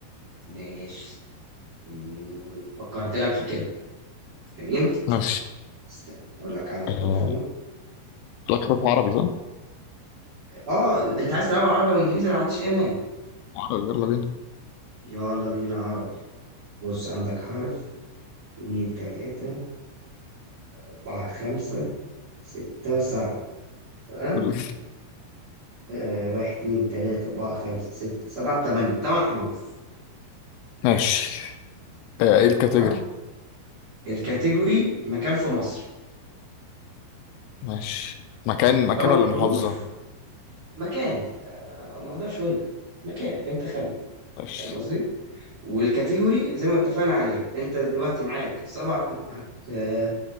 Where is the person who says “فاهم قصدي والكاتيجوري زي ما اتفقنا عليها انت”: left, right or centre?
Right